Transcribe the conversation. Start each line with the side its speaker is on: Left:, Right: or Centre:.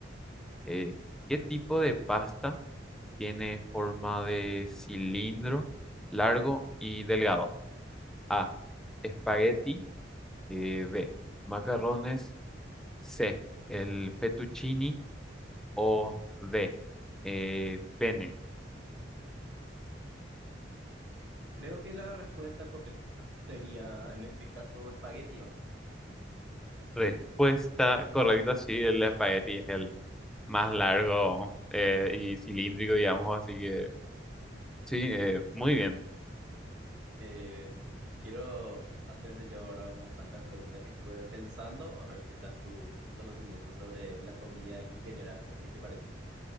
Centre: Eh, ¿qué tipo de pasta tiene forma de cilindro, largo y delgado? A, espagueti, eh, B, macarrones. C. El fettuccini o D. eh, pene.
Right: creo que la respuesta correcta <laughs> sería, en este caso, espagueti, ¿o no?
Centre: Respuesta correcta, sí, el espagueti es el más largo eh, y cilíndrico, digamos, así que sí, eh, muy bien.
Right: Eh, quiero hacerte yo ahora unas cuantas preguntas que estuve pensando, a ver qué tal tu, tu conocimiento sobre la comida en general, ¿qué te parece?